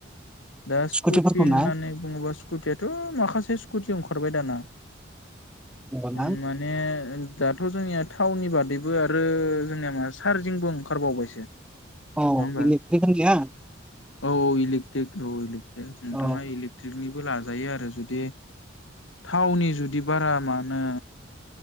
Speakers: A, on the left; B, in the centre.
A: दा स्कुटि
B: स्कुटिफोरखौ
A: होननानै
B: ना
A: बुङोबा स्कुटियाथ माखासे स्कुटियाव ओंखारबाय दाना।
B: होमबाना
A: उम माने‌ ओम दाथ' जोंनिया थाउनि बादैब बो आरो जोंनिया मा चारजिंबो ओंखारबावबायसो। नङा
B: औ <unintelligible>
A: होमबा औ औ इलिकट्रिक औ इलिक दो नोंथाङा
B: औ
A: इलेक्ट्रिकनि बो लाजायो आरो जुदि थावनि जुदि बारा मा होनो‌